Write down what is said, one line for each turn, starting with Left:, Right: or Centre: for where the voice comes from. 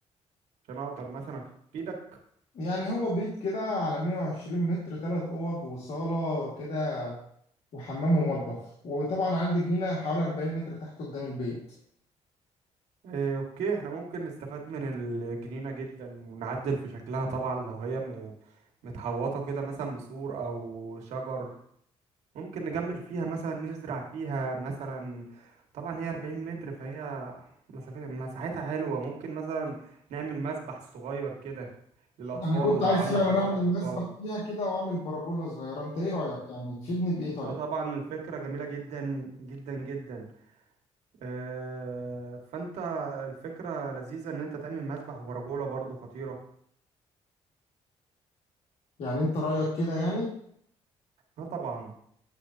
Right: عشان اقدر مثلا افيدك
Left: يعني هو بيت كده على 120 متر ثلاث اوض وصالة كده وحمام ومطبخ وطبعا عندي جنينة حوالي 40 متر تحت قدام البيت
Right: آه، اوكي احنا ممكن نستفاد من الجنينة جدا ونعدل في شكلها طبعا لو هي م- متحوطة كده مثلا بسور او شجر ممكن نجمل فيها مثلا نزرع فيها مثلا طبعا هي 40 متر فهي مسافة مساحتها حلوة ممكن مثلا نعمل مسبح صغير كده للأطفال
Left: انا كنت
Right: لو
Left: عايز
Right: عند
Left: فعلا
Right: حضرتك
Left: اعمل
Right: أطفال
Left: مسبح فيها كده واعمل برجولة صغيرة انت ايه رأيك يعني تفيدني بإيه طيب
Right: اه طبعا الفكرة جميلة جدا جدا جدا آه فانت الفكرة لذيذة ان انت تعمل مسبح ورجولة برضو خطيرة
Left: يعني انت رأيك كده يعني
Right: اه طبعا